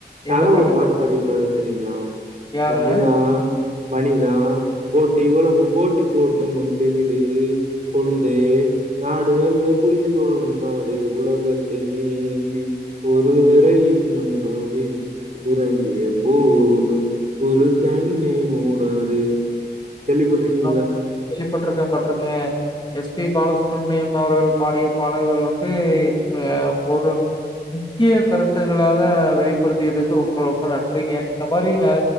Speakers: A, on the right (about 45°); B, on the left (about 25°).
A: தல
B: என்ன பாட்டுங்க?
A: ஒரு பாட்டு பாடிருப்பாரு செரிங்களா
B: யாருங்க?
A: மனிதா மனிதா போட்டி உலகம் போட்டி போட்டு முந்தி விடு குழந்தே நாடு அல்ல புலிகள் வாழும் காடு உலகத் தை நேசி ஒருவரையும் நம்பாதே உறங்கிய போதும் ஒரு கண்ணை மூடாதே கேள்விப்பட்டிருக்கீங்
B: ஆமாங்க கேள்விப்பட்டுருக்கே பட்டுருக்கே எஸ் பி பாலசுப்ரமணியம் அவர்கள் பாடிய பாடல்கள் வந்து இப்ப ஒரு முக்கிய கருத்துகளாக வெளிப்படுத்தியதுக்கு ரொம்ப ரொம்ப நன்றிங்க இந்த மாரி நெற